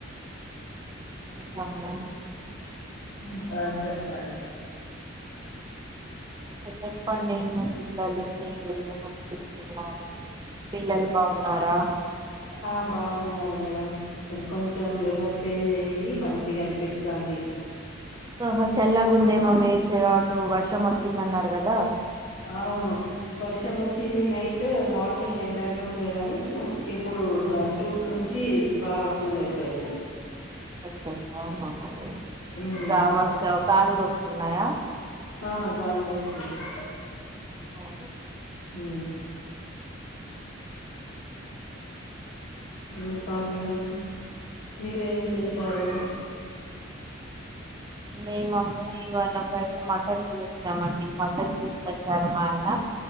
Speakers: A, on the right; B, on the left.
A: ఇంకా మేడం
B: ఇంకా చెప్పాలి
A: చెప్పండి నను పిల్లలు మీరు ఏమనిచెస్తున్నాను పిల్లలు బాగున్నారా
B: ఆ బాగున్నారు మేడం కొంచెం వెదర్ చేంజ్ అయింది మంచిగా అనిపిస్తాంది ఇ
A: ఆహ చల్లగుందేమో మీ అటు వర్షం వచ్చిందన్నారు కదా
B: అవును వర్షం వచ్చింది నైట్ మార్నింగ్ ఎండానే ఉండే గాని ఇప్పుడు
A: ఆహా,
B: ట టూ నుంచి బాగా కూల్ అయిపోయింది
A: అచ్చ అచ్చ ఆహా ఆహా
B: మ్మ్
A: ఇంగా వ గాలోస్తున్నాయా
B: ఆ గాలిలేస్తుంది
A: ఓహో
B: హు ఇంకా మేడం మీరేం చేశారు
A: మేము మమ్మీ వాళ్ళ <unintelligible> మటన్ తీ చ్చామండి మటన్ తీస్కొని వచ్చారు మా ఆయన